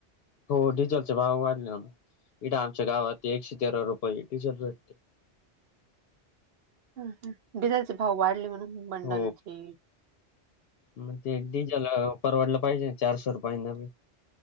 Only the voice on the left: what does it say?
हो डिझेलचे भाव वाढले हो इडे आमच्या गावात ते एकशे तेरा रुपये डिझे रेट
हो मग ते डिझेल परवडलं पाहिजे चारशे रुपयांना